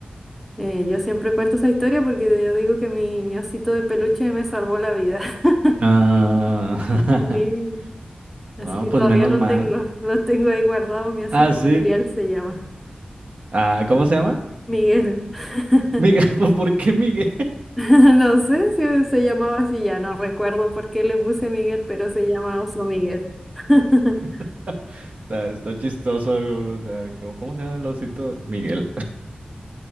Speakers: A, in the centre; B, on the right.
A: Eh, yo siempre cuento esa historia porque yo digo que mi, mi osito de peluche me salvó la vida. <laughs>
B: Ah,
A: Sí.
B: <laughs>
A: Así
B: no,
A: que
B: pues
A: todavía
B: menos
A: lo
B: mal.
A: tengo, <laughs> lo tengo ahí guardado, mi osito
B: Ah, sí.
A: Miguel se llama.
B: Ah, ¿cómo se llama?
A: Miguel. <laughs>
B: Miguel, <laughs> ¿por por qué Miguel?
A: No sé si se llamaba así, ya no recuerdo por qué le puse Miguel, pero se llama Oso Miguel. <laughs>
B: <laughs> Está, está chistoso, o sea, ¿cómo, cómo se llama el osito? Miguel.